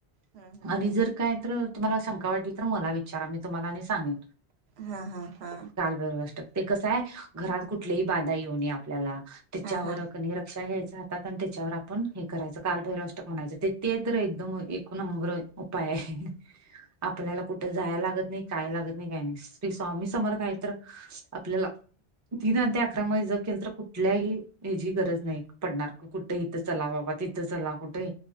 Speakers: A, on the right; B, on the right.
A: हा हा
B: आणि
A: हा
B: जर काही तर तुम्हाला शंका वाटली तर मला विचारा मी तुम्हाला आणि सांगेन.
A: हा हा हा
B: ते कस आहे, घरात कुठलीही बाधा येऊ नये आपल्याला. त्याच्यावर
A: हा
B: कणी रक्षा घ्यायच हातात, आणि त्याच्यावर आपण हे करायच काल भैरवष्टक म्हणायच. ते ते तर एकदम एक नंबर उपाय आहे. आपल्याला कुठ जायला लागत नाही. काय लागत नाही काय नाही. श्री स्वामी समर्थ आहेत तर आपल्याला तीन अध्याय, अकरा माळी जप केल तर कुठल्याही ह्याची गरज नाही. पडणार, क कुठे इथ चला बाबा तिथ चला. कुठही